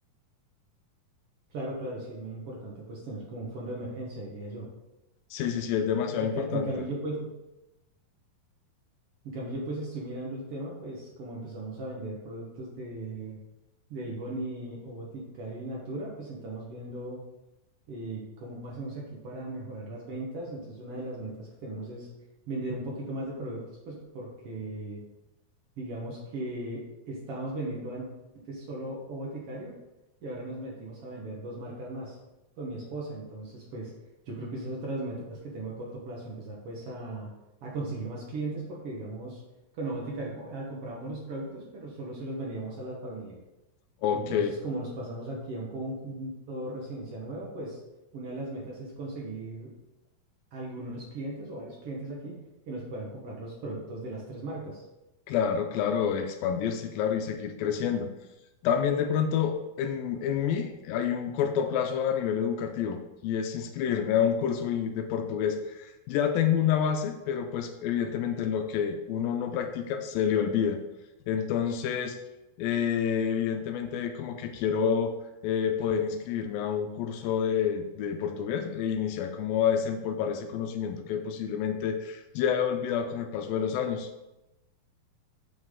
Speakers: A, on the right; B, on the left.
A: Claro, claro, sí es muy importante pues tener como un fondo de emergencia, diría yo.
B: Sí, sí, sí, es demasiado
A: En,
B: importante.
A: ca- en cambio yo pues, en cambio yo pues estoy mirando el tema, pues como empezamos a vender productos de, de Avon y o Boticario y Natura, pues estamos viendo eh, cómo hacemos aquí para mejorar las ventas. Entonces una de las metas que tenemos es vender un poquito más de productos, pues porque Digamos que estábamos vendiendo an- antes solo O Boticario y ahora nos metimos a vender dos marcas más con mi esposa. Entonces, pues yo creo que esas otras metas que tengo a corto plazo, empezar pues a, a conseguir más clientes porque digamos con O Boticario co- ah, comprábamos los productos, pero solo se los vendíamos a la familia.
B: Ok,
A: Entonces, como nos pasamos aquí a un conjunto residencial nuevo, pues una de las metas es conseguir algunos clientes o varios clientes aquí que nos puedan comprar los productos de las tres marcas.
B: Claro, claro, expandirse, claro, y seguir creciendo. También de pronto en, en mí hay un corto plazo a nivel educativo y es inscribirme a un curso y- de portugués. Ya tengo una base, pero pues evidentemente lo que uno no practica se le olvida. Entonces, eh, evidentemente como que quiero eh, poder inscribirme a un curso de, de portugués e iniciar como a desempolvar ese conocimiento que posiblemente ya he olvidado con el paso de los años.